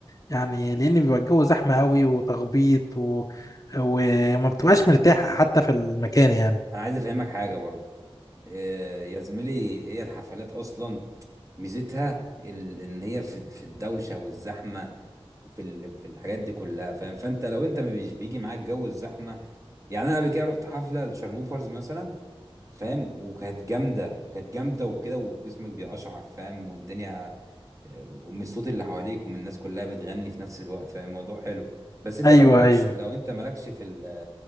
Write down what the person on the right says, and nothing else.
أنا عايز أفهمك حاجة برضه إيه يا زميلي هي الحفلات أصلا ميزتها ال- ان هي في في الدوشه والزحمه وفي ال- وفي الحاجات دي كلها فاهم فانت لو انت مش بيجي معاك جو الزحمه يعني انا قبل كده رحت حفله لشارموفرز مثلا فاهم وكانت جامده كانت جامده وكده وجسمك بيقشعر فاهم والدنيا ومن الصوت اللي حواليك ومن الناس كلها بتغني في نفس الوقت فاهم الموضوع حلو بس انت
لو مالكش
لو انت مالكش في ال